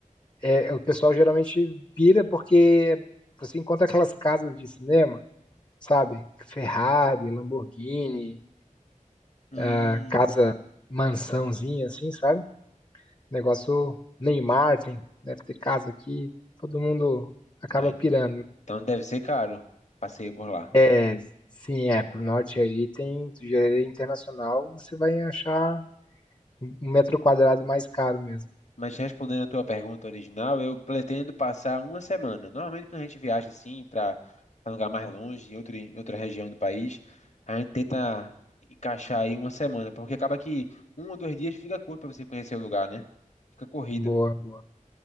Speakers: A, on the left; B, on the left.
A: é, o pessoal geralmente pira porque você encontra aquelas casas de cinema, sabe? Ferrari, Lamborghini,
B: Hum,
A: a casa mansãozinha, assim, sabe? Negócio Neymar, tem, deve ter casa aqui, todo mundo acaba
B: ah,
A: pirando.
B: então deve ser caro. Passeio por lá.
A: É, sim, é, pro norte ali tem, do Jardim internacional, você vai achar um um metro quadrado mais caro mesmo.
B: Mas respondendo a tua pergunta original, eu pretendo passar uma semana. Normalmente, quando a gente viaja assim para um lugar mais longe, em outro, em outra região do país, a gente tenta encaixar aí uma semana, porque acaba que um ou dois dias fica curto para você conhecer o lugar, né? Fica corrido.
A: Boa, boa.